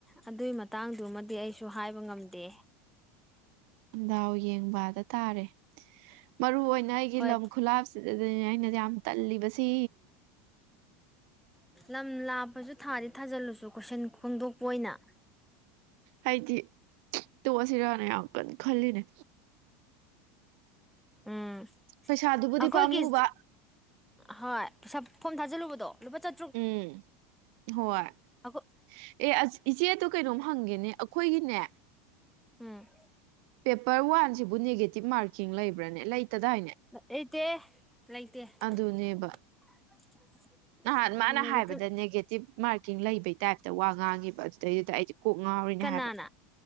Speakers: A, in the centre; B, on the right.
A: ꯑꯗꯨꯏ ꯃꯇꯥꯡꯗꯨꯃꯗꯤ ꯑꯩꯁꯨ ꯍꯥꯏꯕ ꯉꯝꯗꯦ
B: ꯗꯥꯎ ꯌꯦꯡꯕ ꯍꯥꯢꯗꯨ ꯇꯥꯔꯦ ꯃꯔꯨ ꯑꯣꯏꯅ ꯑꯩꯒꯤ
A: ꯍꯣꯏ
B: ꯂꯝ ꯈꯨꯂꯥꯞ ꯑꯗꯨꯅꯦ ꯑꯩꯅꯗꯤ ꯌꯥꯝ ꯇꯜꯂꯤꯕꯁꯤ
A: ꯎꯝ <unintelligible> ꯂꯝ ꯂꯥꯞꯄꯁꯨ ꯊꯥꯗꯤ ꯊꯥꯖꯤꯜꯂꯨꯆꯣ ꯀꯣꯏꯁꯟ ꯈꯣꯡꯗꯣꯛꯄ ꯑꯣꯏꯅ
B: ꯑꯩꯗꯤ ꯇꯣꯛꯑꯁꯤꯔꯅ ꯌꯥꯝ ꯀꯟꯅ ꯈꯜꯂꯤꯅꯦ
A: ꯎꯝ
B: ꯄꯩꯁꯥꯗꯨꯕꯨꯗꯤ
A: ꯑꯩꯈꯣꯏꯒꯤ
B: ꯄꯥꯝꯃꯨꯕ
A: ꯍꯣꯏ ꯄꯩꯁꯥ ꯐꯣꯝ ꯊꯥꯖꯤꯜꯂꯨꯕꯗꯣ ꯂꯨꯄꯥ ꯆ
B: ꯎꯝ ꯍꯣꯏ ꯑꯦ
A: ꯑꯩꯈꯣꯏ
B: ꯑꯁ ꯏꯆꯦ ꯑꯗꯨ ꯀꯩꯅꯣꯝ ꯍꯪꯒꯦꯅꯦ ꯑꯩꯈꯣꯏꯒꯤꯅꯦ
A: ꯎꯝ
B: ꯄꯦꯄꯔ ꯋꯥꯟꯁꯤꯕꯨ ꯅꯦꯒꯦꯇꯤꯞ ꯃꯥꯔꯀꯤꯡ ꯂꯩꯕ꯭ꯔꯥꯅꯦ ꯂꯩꯇꯗꯥꯏꯅꯦ
A: ꯂꯩꯇꯦ ꯂꯩꯇꯦ
B: ꯑꯗꯨꯅꯦꯕ
A: <inaudible>
B: ꯅꯍꯥꯟ ꯃꯥꯅ
A: ꯅꯦꯒꯦꯇꯤꯞ
B: ꯍꯥꯏꯕꯗ ꯅꯦꯒꯦꯇꯤꯞ ꯃꯥꯔꯀꯤꯡ ꯂꯩꯕꯩ ꯇꯥꯏꯞꯇ ꯋꯥ ꯉꯥꯡꯉꯦꯕ ꯑꯗꯩꯗꯨꯗ ꯑꯩꯗꯤ ꯀꯣꯛ ꯉꯥꯎꯔꯤꯅꯦ
A: ꯀꯅꯥꯅ
B: ꯍꯥꯏꯕ